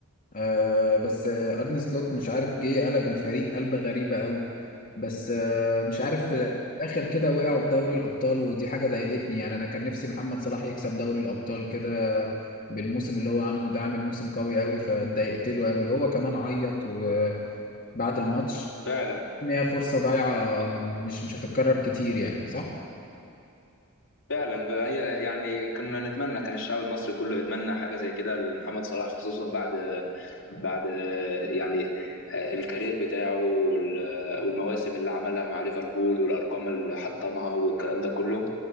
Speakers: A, on the left; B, on the left.
A: آه بس آه ارني سلوت مش عارف جه قلب الفريق قلبه غريبه قوي بس آه مش عارف في الاخر كده وقعوا في دوري الابطال ودي حاجه ضايقتني يعني انا كان نفسي محمد صلاح يكسب دوري الابطال كده بالموسم اللي هو عامله ده عامل موسم قوي قوي فاتضايقت له قوي هو كمان عيط وبعد الماتش
B: فعلا
A: ان هي فرصة ضايعة مش مش هتتكرر كتير يعني صح؟
B: فعلا بقى هي يعني كنا نتمنى كان الشعب المصري كله يتمنى حاجه زي كده لمحمد صلاح خصوصا بعد بعد يعني الكارير بتاعه وال- والمواسم اللي عملها مع ليفربول والارقام اللي حطمها والكلام ده كله